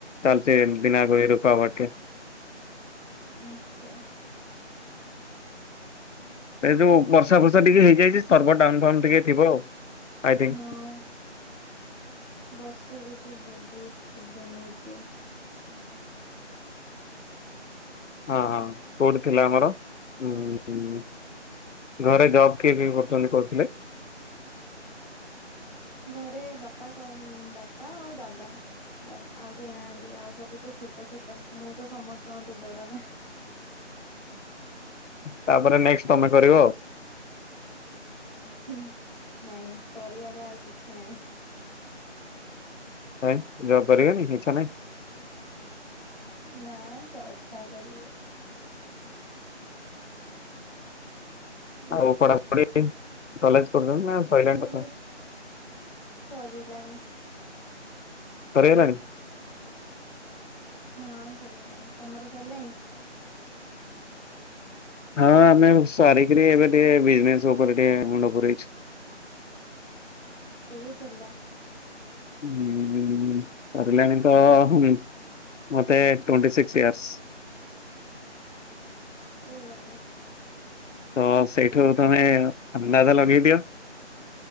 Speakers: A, on the left; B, on the right.
A: ଚାଲଚ ବିନା କ ରୁପା ଭଟ କେ।
B: ଆଛା।
A: ସେଇ ଯୋଉ ବର୍ଷା ଫର୍ଷା ଟିକେ ହେଇଯାଇଛି ସର୍ବ ଡାଉନ ଫାଉ ଟିକେ ଥିବ ଆଉ ଆଇ ଥିଙ୍କ।
B: ହଁ। ବର୍ଷା ଯୋଗୁ ବହୁତ ପ୍ରୋବ୍ଲେମ ହଉଛି।
A: ହଁ ହଁ କୋଉଠି ଥିଲା ଆମର ଉମ୍-ମ୍-ମ୍-ମ୍ ଘରେ ଜବ୍ କିଏ କିଏ କରୁଛନ୍ତି କହୁଥିଲେ?
B: ଘରେ ବାପା କ-ଅ-ଅ-ଅ ବାପା ଆଉ ଦାଦା। ବାସ୍ ଆଉ କେହି ନାହାନ୍ତି ଆଉ ସବୁ ତ ଛୋଟ ଛୋଟ ମୁଁ ତ ସମସ୍ତଙ୍କଠୁ ବଡ ନା।
A: ତାପରେ ନେକ୍ସଟ ତମେ କରିବ।
B: ହୁଁ ନାଇଁ କରିବାର ଆଉ କିଛି ନାଇଁ।
A: କାଇ, ଜବ୍ କରିବେନି କି ଇଚ୍ଛା ନାହିଁ?
B: ନା ଜବ୍ କଣ କରିବେ। ହୁଁ
A: ଆଉ ପଢାପଢି କଲେଜ କରୁଛନ୍ତି ନା ସଇଲାଣି
B: ପଢାପଢି
A: ପାଠ
B: ସରିଲାଇ।
A: ସରିଗଲାଣି,
B: ହଁ ସରିଗଲାଣି। ତମର ସରିଲାଇ?
A: ହଁ ଆମେ ସାରିକିରି ଏବେ ଟିକେ ବିଜନେସ୍ ଉପରେ ଟିକେ ମୁଣ୍ଡ ପୁରେଇଛୁ।
B: କେବେ ସରିଲା?
A: ହୁଁ-ଉ-ଉ-ଉ, ସରିଲାଣି ତ-ଅ-ଅ-ଅ ହୁଁ ମତେ ଟୋଣ୍ଟି ସିକସ୍ ଇୟର୍ସ।
B: ଆରେ ବାବରେ।
A: ତ ସେଇଠୁ ତମେ ଅନ୍ଦାଜା ଲଗେଇ ଦିଅ।